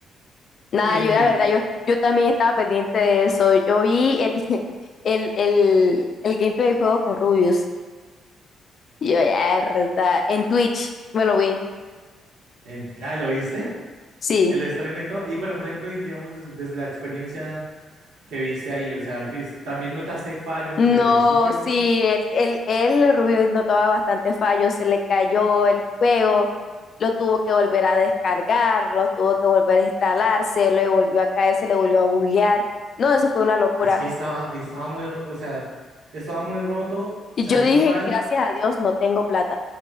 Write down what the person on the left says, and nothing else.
Nada,
yo
la verdad, yo, yo también estaba pendiente de eso. Yo vi el, <laughs> el, el, el gameplay de juego con Rubius. Y Yo, ya, verdad. En Twitch me lo vi.
Sí.
No,
sí, el, el, el Rubius notaba bastante fallos, se le cayó el juego, lo tuvo que volver a descargar, lo tuvo que volver a instalar, se le volvió a caer, se le volvió a buguear. No, eso fue una locura.
Y
yo dije,
gracias a Dios, no tengo plata.